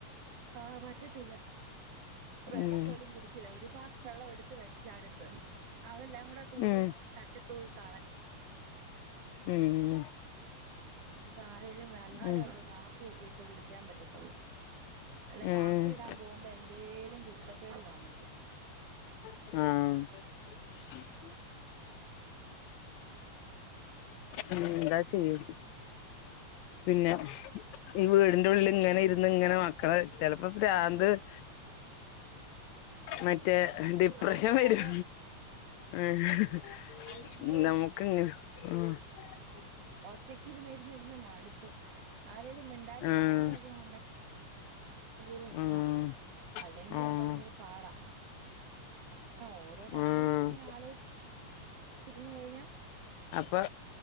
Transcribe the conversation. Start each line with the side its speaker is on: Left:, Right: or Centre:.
Right: ആഹ് പറ്റത്തില്ല വെള്ളം
Left: ഉം
Right: പോലും കുടിച്ചില്ല ഒരു പാ വെള്ളം എടുത്ത് വെച്ചടുത്ത് അതെല്ലാം കൂടെ തൂവി
Left: ഉം
Right: തട്ടിത്തൂവി കളഞ്ഞ്
Left: ഉം
Right: ഇനിയിപ്പൊ ആരേ ലും വന്നാലെ
Left: ഉം
Right: ഉള്ളു കാപ്പിയൊക്കെ ഇട്ട് കുടിക്കാൻ പറ്റത്തുള്ളു അല്ലെ
Left: ഉം
Right: കാപ്പി ഇടാൻ പോവുമ്പൊ എ ന്തേലും കുരുത്തക്കേട് കാണിക്കും
Left: ആഹ് <inaudible> ഉം ഉം എന്താ ചെയ്യ് പിന്നെ ഈ വീടിന്റെ ഉള്ളിൽ ഇങ്ങനെ ഇരുന്ന് ഇങ്ങനെ മക്കളെ ചെലപ്പോൾ പ്രാന്ത്- മറ്റേ ഡിപ്രഷൻ
Right: അതെ
Left: വരും
Right: അതെ
Left: ആഹ്
Right: അയ്യോ
Left: നമുക്ക് അങ്ങനെ <unintelligible>
Right: ഒറ്റക്കിരുന്നിരുന്ന് മടുത്ത് ആരെലും മിണ്ടാനും
Left: ആഹ്
Right: പറയാനൊക്കെ ഉണ്ടെങ്കി- ഭയങ്കര രസമാ
Left: ആഹ്
Right: അല്ലെങ്കിൽ
Left: ആഹ്
Right: ഭയങ്കര പാടാ ഓരോ കാര്യങ്ങളൊക്കെ
Left: ആഹ്
Right: ഇങ്ങനെ ആലോചിച്ചിരുന്നു കഴിഞ്ഞാ-
Left: അപ്പൊ